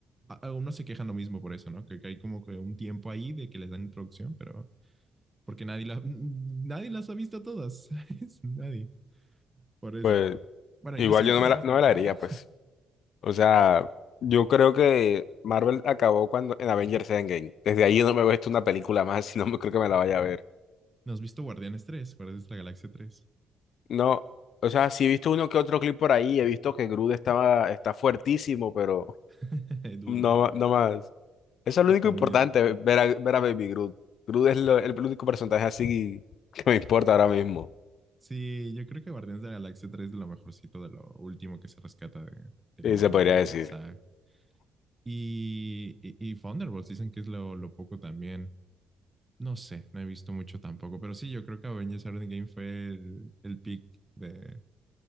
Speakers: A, on the right; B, on the left.
A: Algunos se quejan lo mismo por eso, ¿no? Que, que hay como que un tiempo ahí de que les dan introducción, pero porque nadie, la, <laughs> nadie las ha visto todas, ¿sabes? <laughs> Nadie. Por eso.
B: Pues
A: Bueno, yo
B: igual
A: sí,
B: yo
A: pero
B: no me la, no me la haría
A: ajá.
B: pues. O sea, yo creo que Marvel acabó cuando en Avengers Endgame. Desde ahí yo no me he visto una película más, si no me creo que me la vaya a ver.
A: ¿No has visto Guardianes tres Guardianes de la Galaxia tres
B: No, o sea, sí he visto uno que otro clip por ahí, he visto que Groot estaba, está fuertísimo, pero
A: <laughs> duro.
B: no, ma- no más. Eso es
A: Está
B: lo único importante,
A: muy duro.
B: ver a, ver a Baby Groot. Groot es lo- el único personaje así que me importa ahora mismo.
A: Sí, yo creo que Guardianes de la Galaxia tres es de lo mejorcito, de lo último que se rescata de, de la
B: Y
A: nueva
B: se podría decir,
A: saga. Y, y, y Thunderbolts dicen que es lo, lo poco también. No sé, no he visto mucho tampoco, pero sí, yo creo que Avengers Endgame fue el, el peak de,